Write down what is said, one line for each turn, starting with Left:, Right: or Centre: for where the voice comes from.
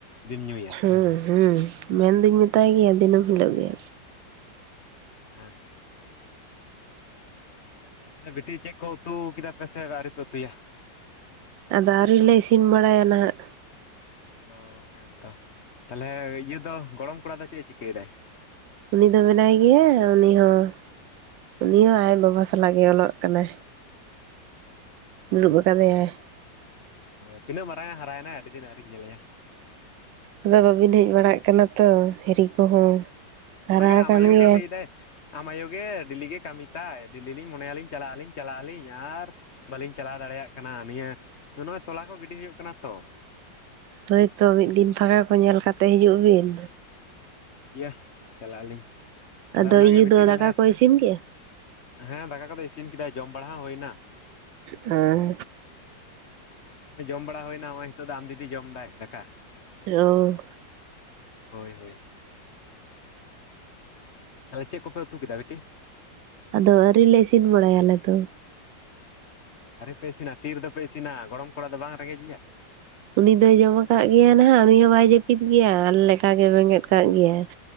Left: ᱡᱩᱫᱤ ᱧᱩᱭᱟ᱾
Right: ᱦᱩᱸ ᱦᱩᱸ ᱢᱮᱱᱫᱚᱧ ᱢᱮᱛᱟᱭ ᱜᱮᱭᱟ ᱫᱤᱱᱟᱹᱢ ᱦᱤᱞᱳᱜ ᱜᱮ᱾
Left: ᱦᱮᱸ ᱛᱚ ᱛᱟᱞᱦᱮ ᱵᱤᱴᱤ ᱪᱮᱫ ᱠᱚ ᱩᱛᱩ ᱠᱮᱫᱟ ᱯᱮ ᱥᱮ ᱟᱹᱣᱨᱤ ᱯᱮ ᱩᱛᱩᱭᱟ?
Right: ᱟᱫᱟ ᱟᱹᱣᱨᱤ ᱞᱮ ᱤᱥᱤᱱ ᱵᱟᱲᱟᱭᱟ ᱱᱟᱦᱟᱜ᱾
Left: ᱚ ᱦᱮᱸ ᱛᱚ ᱛᱟᱦᱚᱞᱮ ᱤᱭᱟᱹ ᱫᱚ ᱜᱚᱲᱚᱢ ᱠᱚᱲᱟ ᱫᱚ ᱪᱮᱫ ᱮ ᱪᱤᱠᱟᱹᱭᱮᱫᱟᱭ?
Right: ᱩᱱᱤ ᱫᱚ ᱢᱮᱱᱟᱭ ᱜᱮᱭᱟ ᱩᱱᱤ ᱦᱚᱸ ᱩᱱᱤ ᱦᱚᱸ ᱟᱡ ᱵᱟᱵᱟ ᱥᱟᱞᱟᱜ ᱜᱮ ᱚᱞᱚᱜ ᱠᱟᱱᱟ᱾
Left: ᱚ ᱦᱮᱸᱛᱚ
Right: ᱫᱩᱲᱩᱵ ᱟᱠᱟᱫᱮᱭᱟᱭ,
Left: ᱚ ᱛᱤᱱᱟᱹᱜ ᱢᱟᱨᱟᱝᱮ ᱦᱟᱨᱟᱭᱮᱱᱟ ᱟᱹᱰᱤ ᱫᱤᱱ ᱟᱣᱨᱤᱧ ᱧᱮᱞᱮᱭᱟ?
Right: ᱟᱫᱚ ᱵᱟᱹᱵᱤᱱ ᱦᱮᱡ ᱵᱟᱲᱟᱜ ᱠᱟᱱᱟ ᱛᱚ ᱦᱤᱨᱤ ᱠᱚᱦᱚᱸ? ᱦᱟᱨᱟ
Left: ᱚᱱᱟᱜᱮ
Right: ᱟᱠᱟᱱ
Left: ᱟᱢ ᱟᱭᱳ
Right: ᱜᱮᱭᱟᱭ᱾
Left: ᱜᱮ ᱞᱟᱹᱭᱫᱟᱭ, ᱟᱢ ᱟᱭᱳ ᱜᱮ ᱰᱮᱞᱤ ᱜᱮ ᱠᱟᱹᱢᱤ ᱛᱟᱭ ᱰᱮᱞᱤ ᱞᱤᱧ ᱢᱚᱱᱮᱭᱟᱞᱤᱧ ᱪᱟᱞᱟᱜ ᱟᱹᱞᱤᱧ ᱪᱟᱞᱟᱜ ᱟᱹᱞᱤᱧ ᱟᱨ ᱵᱟᱹᱞᱤᱧ ᱪᱟᱞᱟᱣ ᱫᱟᱲᱮᱭᱟᱜ ᱠᱟᱱᱟ ᱱᱤᱭᱟᱹ ᱱᱚᱜᱼᱚᱭ ᱛᱚᱞᱟ ᱠᱚ ᱜᱤᱰᱤ ᱦᱩᱭᱩᱜ ᱠᱟᱱᱟ ᱛᱚ,
Right: ᱦᱳᱭᱛᱚ ᱢᱤᱫ ᱫᱤᱱ ᱯᱷᱟᱠᱟ ᱠᱚ ᱧᱮᱞ ᱠᱟᱛᱮ ᱦᱤᱡᱩᱜ ᱵᱤᱱ?
Left: ᱴᱷᱤᱠ ᱜᱮᱭᱟ ᱪᱟᱞᱟᱜ ᱟᱹᱞᱤᱧ᱾ ᱛᱟᱞᱦᱮ
Right: ᱟᱫᱚ
Left: ᱚᱱᱟᱜᱮ
Right: ᱟᱭᱩ
Left: ᱵᱤᱴᱤ
Right: ᱫᱚ ᱫᱟᱠᱟ
Left: ᱛᱟᱞᱦᱮ
Right: ᱠᱚ ᱤᱥᱤᱱ ᱠᱮᱜᱼᱟ?
Left: ᱦᱮᱸ ᱫᱟᱠᱟ ᱠᱚᱫᱚ ᱤᱥᱤᱱ ᱠᱮᱫᱟᱭ ᱡᱚᱢ ᱵᱟᱲᱟ ᱦᱚᱸ ᱦᱩᱭ ᱮᱱᱟ᱾
Right: ᱦᱮᱸ
Left: ᱡᱚᱢ ᱵᱟᱲᱟ ᱦᱩᱭᱮᱱᱟ ᱱᱚᱜ ᱚᱭ ᱱᱤᱛᱚᱜ ᱫᱚ ᱟᱢ ᱫᱤᱫᱤ ᱡᱚᱢ ᱫᱟᱭ ᱫᱟᱠᱟ ᱾
Right: ᱚ
Left: ᱦᱳᱭ ᱦᱳᱭ ᱾ ᱛᱟᱦᱚᱞᱮ ᱪᱮᱫ ᱠᱚᱯᱮ ᱩᱛᱩ ᱠᱮᱫᱟ ᱵᱤᱴᱤ?
Right: ᱟᱫᱚ ᱟᱹᱨᱤᱞᱮ ᱤᱥᱤᱱ ᱵᱟᱲᱟᱭᱟ ᱟᱞᱮ ᱫᱚ ᱾
Left: ᱟᱨᱤ ᱯᱮ ᱤᱥᱤᱱᱟ ᱛᱤ ᱨᱮᱯᱮ ᱤᱥᱤᱱᱟ ᱜᱚᱲᱚᱢ ᱠᱚᱲᱟ ᱫᱚ ᱵᱟᱝ ᱨᱮᱜᱮᱡ ᱮᱭᱟ?
Right: ᱩᱱᱤ ᱫᱚᱭ ᱡᱚᱢ ᱠᱟᱫ ᱜᱮᱭᱟ ᱱᱟᱦᱟᱜ ᱩᱱᱤ ᱦᱚᱸ ᱵᱟᱭ ᱡᱟᱹᱯᱤᱫ ᱜᱮᱭᱟ ᱟᱞᱮ ᱞᱮᱠᱟᱜᱮ ᱵᱮᱸᱜᱮᱫ ᱠᱟᱜ ᱜᱮᱭᱟ ᱾